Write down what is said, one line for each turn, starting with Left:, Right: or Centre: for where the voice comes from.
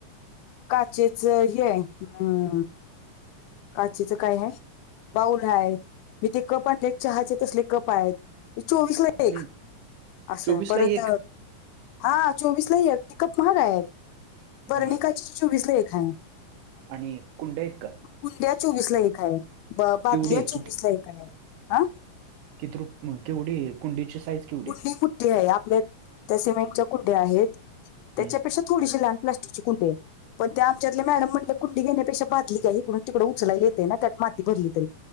Left: काचेच हे हम्. काचीच काय आहे बाऊल आहेत. मी ते कप आण चहाचे तसले. कप आहेत चोवीस ला एक
Right: हम्म
Left: असं
Right: चोवीस
Left: परत.
Right: ला एक
Left: हा चोवीसलाही आहेत पिकअप महाग आहेत वर्णिकाचे
Right: बर
Left: ज चोवीसला एका आहे.
Right: आणि कुंडा आहेतत का.
Left: कुंड्या चोवीसला एक आहे. बादल्या
Right: केवढी आहे
Left: चोवीसला एक आहे. हा
Right: कीथ रु केवढी कुंडीची साईज केवढी
Left: कुंडी
Right: आहे
Left: कुठली आहे आपल्या त्या सिमेंटच्या कुंड्या आहेत त्याच्यापेक्षा
Right: हम्म
Left: थोडीशी लहान प्लास्टिकची कुडे आहे. पण त्या आमच्यातले मॅडम म्हणले कंडी घेण्यापेक्षा बाधली काय इिकडून तिकडडे उचलायला येते ना त्यात मी भरली तरी